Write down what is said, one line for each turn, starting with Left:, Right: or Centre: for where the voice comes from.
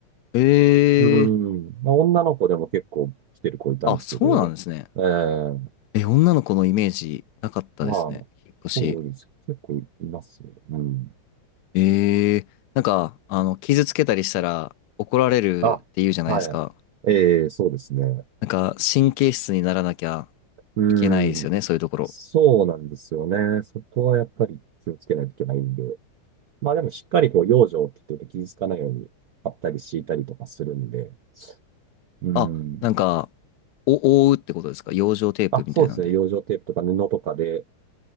Left: ええ
Right: うん。まあ、女の子でも結構来てる子いたんですけど、
Left: あ、そうなんですね。
Right: ええ
Left: え、女の子のイメージなかったですね。
Right: はい。
Left: 引っ越し。
Right: そうです。結構いますよね。うん。
Left: ええなんか、あの、傷つけたりしたら怒られるって言うじゃないですか。
Right: あ、はい。ええ、そうですね。
Left: なんか、神経質にならなきゃ
Right: うん。
Left: いけないですよね、そういうところ。
Right: そうなんですよね。そこはやっぱり気をつけないといけないんで。まあでもしっかりこう、養生って言って傷つかないように、貼ったり敷いたりとかするんで。うん。
Left: あ、なんか、お、覆うってことですか養生テープみたいなんで。
Right: あ、そうですね。養生テープとか布とかで、